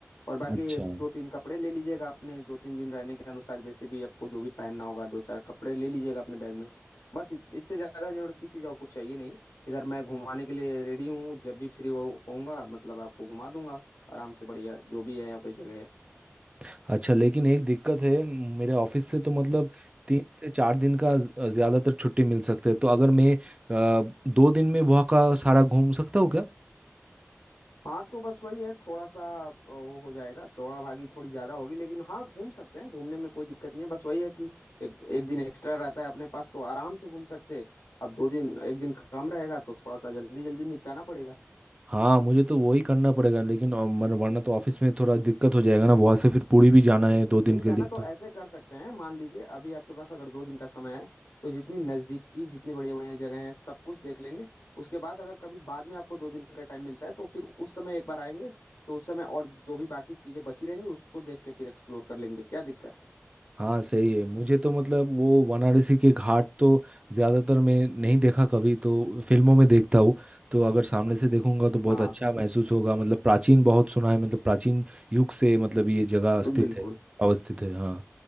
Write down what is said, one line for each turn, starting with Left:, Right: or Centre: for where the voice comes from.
Left: और बाकी
Right: अच्छा
Left: एक दो तीन कपड़े ले लीजिएगा अपने दो तीन दिन रहने के अनुसार जैसे भी आपको जो भी पहनना होगा दो चार कपड़े ले लीजिएगा अपने बैग में बस इत- इससे ज्यादा जरूरत की चीज और कुछ चाहिए नहीं इधर मैं घुमाने के लिए रेडी हूँ जब भी फ्री हो होऊंगा मतलब आपको घुमा दूंगा आराम से बढ़िया जो भी है यहाँ पे जगह है
Right: अच्छा लेकिन एक दिक्कत है मेरे ऑफिस से तो मतलब तीन से चार दिन का ज- ज्यादातर छुट्टी मिल सकते हैं तो अगर मैं अ, दो दिन में वहाँ का सारा घूम सकता हूँ क्या
Left: हाँ तो बस वही है थोड़ा सा अ, वो हो जाएगा दौड़ा भागी थोड़ी ज्यादा होगी लेकिन हाँ घूम सकते हैं घूमने में कोई दिक्कत नहीं है बस वही है कि एक, एक दिन एक्स्ट्रा रहता है अपने पास तो आराम से घूम सकते हैं अब दो दिन एक दिन कम रहेगा तो थोड़ा सा जल्दी जल्दी निपटाना पड़ेगा
Right: हाँ मुझे तो वही करना पड़ेगा लेकिन अ, मन- वरना तो ऑफिस में थोड़ा दिक्कत हो जाएगा ना वहाँ से फिर पुरी भी जाना है दो दिन
Left: ठीक
Right: के
Left: है
Right: लिए
Left: ना तो
Right: तो
Left: ऐसे कर सकते हैं मान लीजिए अभी आपके पास अगर दो दिन का समय है तो जितनी नजदीक की जितनी बढ़िया बढ़िया जगह है सब कुछ देख लेंगे उसके बाद अगर कभी बाद में आपको दो दिन का टाइम मिलता है तो फिर उस समय एक बार आएंगे तो उस समय और जो भी बाकी चीजें बची रहेंगी उसको देख के फिर एक्सप्लोर कर लेंगे क्या दिक्कत है
Right: हाँ सही है मुझे तो मतलब वो वाराणसी के घाट तो ज़्यादातर मैं नहीं देखा कभी तो फिल्मों में देखता हूँ तो अगर सामने से देखूंगा तो बहुत
Left: हाँ
Right: अच्छा महसूस होगा मतलब प्राचीन बहुत सुना है मतलब प्राचीन युग से मतलब ये जगह स्थित
Left: बिल्कुल
Right: है अवस्थित है हाँ